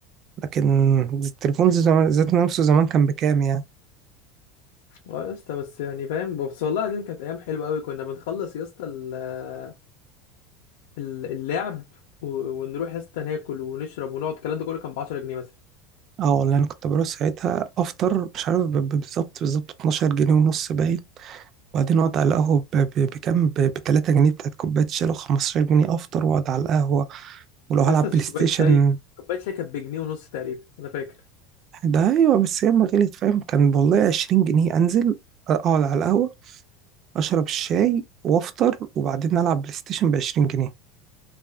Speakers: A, on the right (about 30°); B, on the left (about 80°).
A: لكن التليفون زي زمان ذات نفسه زمان كان بكام يعني
B: اه يا اسطى بس يعني فاهم بس والله العظيم كانت ايام حلوه قوي كنا بنخلص يا اسطى ال- ال- اللعب و- ونروح يا اسطى ناكل ونشرب ونقعد الكلام ده كله كان ب 10 جنيه مثلا
A: اه والله انا كنت بروح ساعتها افطر مش عارف ب- ب- بالظبط بالظبط 12 جنيه ونص باين وبعدين اقعد على القهوه ب- ب- بكام ب 3 جنيه بتاعت كوبايه شاي لو 15 جنيه افطر واقعد على القهوه ولو هلعب
B: يا اسطى
A: بلاي ستيشن
B: كوبايه شاي كوبايه شاي كانت بجنيه ونص تقريبا انا فاكر
A: ده ايوه بس هي ما غليت فاهم كان والله 20 جنيه انزل اقعد على القهوه اشرب الشاي وافطر وبعدين العب بلاي ستيشن ب 20 جنيه